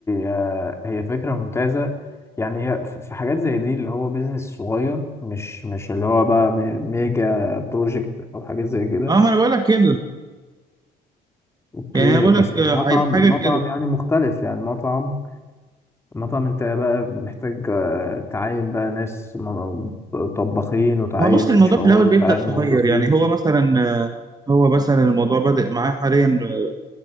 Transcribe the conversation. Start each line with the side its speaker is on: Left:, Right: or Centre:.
Left: آه، هي فكرة ممتازة يعني هي ف- في حاجات زي دي اللي هو بيزنس صغير مش مش اللي هو بقى مي- ميجا بروجكت أو حاجات زي كده
Right: اه ما انا بقول لك كده
Left: اوكي
Right: يعني انا بقول
Left: بس
Right: لك آه،
Left: المطعم
Right: عاي- حاجه
Left: المطعم
Right: كده
Left: يعني مختلف يعني مطعم مطعم انت بقى محتاج آه، تعين بقى ناس م- طباخين وتعين
Right: ما هو بص الموضوع
Left: اتش ار
Right: في الاول
Left: وتعين
Right: بيبدا صغير
Left: موظفين
Right: يعني هو مثلا آه، هو مثلا الموضوع بدأ معاه حاليا آه،